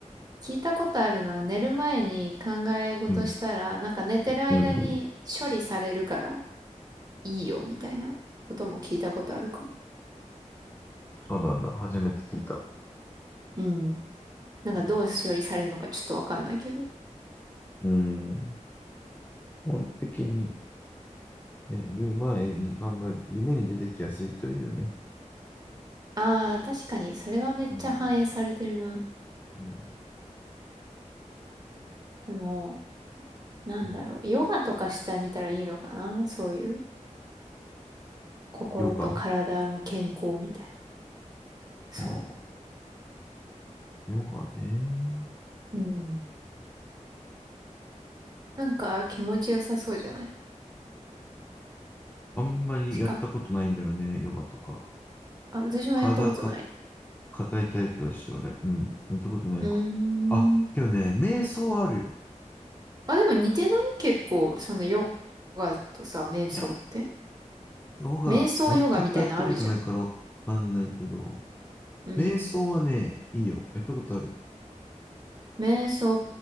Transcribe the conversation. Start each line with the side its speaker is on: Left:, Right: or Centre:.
Right: 聞いたことあるのは寝る前に考え事したら、
Left: うん。
Right: なんか寝てる間に処理されるから
Left: うん
Right: いいよ、みたいなことも聞いたことあるかも。
Left: そうなんだ。初めて聞いた。
Right: うん。なんかどう処理されるのかちょっとわかんないけど。
Left: うん。うん基本的に、ね、寝る前に考えると、夢に出てきやすいというね。
Right: ああ、確かに、それはめっちゃ反映されてるな。
Left: うん。うん。
Right: でも、なんだろう、
Left: うん
Right: ヨガとかしてみたらいいのかなそういう心と体の健康みたいな。
Left: ヨガ。あ
Right: そ
Left: あ、ヨガね。
Right: う。うん。なんか気持ちよさそうじゃない
Left: あんまりやったことないんだよね、
Right: しか、
Left: ヨガとか。
Right: あ、私もやったことない。
Left: 体か、硬いタイプだし、俺。うん。やったことないか。
Right: うー
Left: あ、
Right: ん。
Left: けどね、瞑想はあるよ。
Right: あ、でも似てない結構、そのヨガとさ、瞑想って。
Left: いや、ヨガ、
Right: 瞑想ヨガみたいなのあるじゃん。
Left: 全くやったことないからわかんないけど、
Right: うん。
Left: 瞑想はね、いいよ。やったことある。
Right: 瞑想、